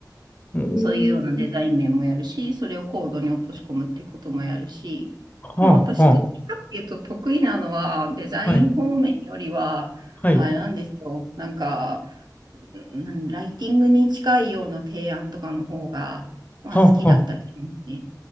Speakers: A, on the left; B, on the right.
A: おー、
B: そういうようなデザイン面もやるし、それをコードに落とし込むってこともやるし、
A: はあ、
B: でも私どっちかっていうと得意なのはデザイン方面よりは、
A: はあ、はい、はい、
B: あれなんですよ、なんか、うんなんライティングに近いような提案とかの方が、まあ好きだったりしますね。
A: はあ、は